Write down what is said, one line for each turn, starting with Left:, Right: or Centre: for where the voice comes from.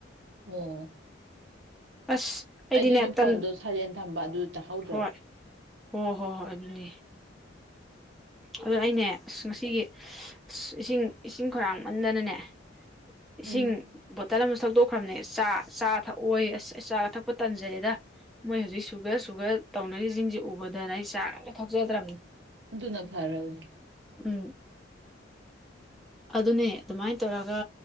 Right: ꯑꯣ
Centre: ꯑꯁ ꯑꯩꯗꯤꯅꯦ
Right: ꯑꯩꯗꯨꯁꯨ
Centre: ꯇꯟ
Right: ꯐꯣꯟꯗꯣ ꯁꯥꯏꯂꯦꯟ ꯊꯝꯕ ꯑꯗꯨ ꯇꯥꯍꯧꯗ꯭ꯔꯕ
Centre: ꯍꯣꯏ ꯍꯣ ꯍꯣ ꯍꯣꯏ ꯑꯗꯨꯅꯦ ꯑꯗꯣ ꯑꯩꯅꯦ ꯑꯁ ꯉꯁꯤꯒꯤ ꯑꯁ ꯏꯁꯤꯡ ꯏꯁꯤꯡ ꯈꯔꯥꯡꯃꯟꯗꯅꯅꯦ ꯏꯁꯤꯡ
Right: ꯎꯝ
Centre: ꯕꯣꯇꯜ ꯑꯃꯁꯨ ꯊꯛꯇꯣꯛꯈ꯭ꯔꯕꯅꯦ ꯆꯥ ꯆꯥ ꯊꯛꯑꯣꯌꯦ ꯑꯁ ꯆꯥꯒ ꯊꯛꯄ ꯇꯟꯖꯔꯦꯗ ꯃꯣꯏ ꯍꯧꯖꯤꯛ ꯁꯨꯒꯔ ꯁꯨꯒꯔ ꯇꯧꯅꯔꯤꯁꯤꯡꯁꯦ ꯎꯕꯗꯅ ꯑꯩ ꯆꯥꯒꯥ ꯑꯀꯇ ꯊꯛꯆꯗ꯭ꯔꯕꯅꯦ
Right: ꯑꯗꯨꯅ ꯐꯥꯔꯕꯅꯤ
Centre: ꯎꯝ ꯑꯗꯨꯅꯦ ꯑꯗꯨꯃꯥꯏꯅ ꯇꯧꯔꯒ